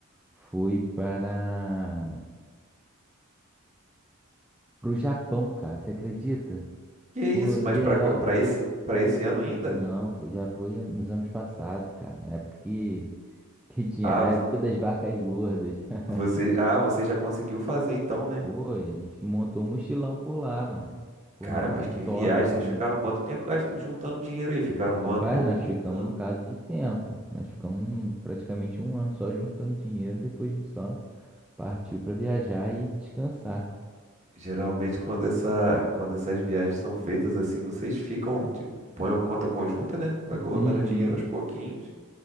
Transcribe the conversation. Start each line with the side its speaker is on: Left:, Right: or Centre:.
Centre: foi para pro Japão, cara. Você acredita?
Right: Que isso?
Centre: Pô, geral.
Right: Mas pra, ago- pra esse, pra esse ano ainda?
Centre: Não, foi- já foi an- nos anos passados, cara. Na época que, que tinha.
Right: Ah,
Centre: A
Right: vo-
Centre: época das vacas gordas. <laughs>
Right: você, ah, você já conseguiu fazer então, né?
Centre: Pô, a gente montou um mochilão por lá, mano. Foi
Right: Cara,
Centre: muito
Right: mas que viagem.
Centre: top, mano.
Right: Vocês ficaram quanto tempo gasto- juntando dinheiro aí? Ficaram
Centre: Rapaz,
Right: um ano e pouco
Centre: nós ficamos
Right: juntando?
Centre: um bocado de tempo. Nós ficamos um- praticamente um ano só juntando dinheiro, depois a gente só partiu pra viajar e descansar.
Right: Geralmente, quando essa, quando essas viagens são feitas assim, vocês ficam, ti- põem a conta conjunta, né? Vai colocando
Centre: Uhum.
Right: dinheiro aos pouquinhos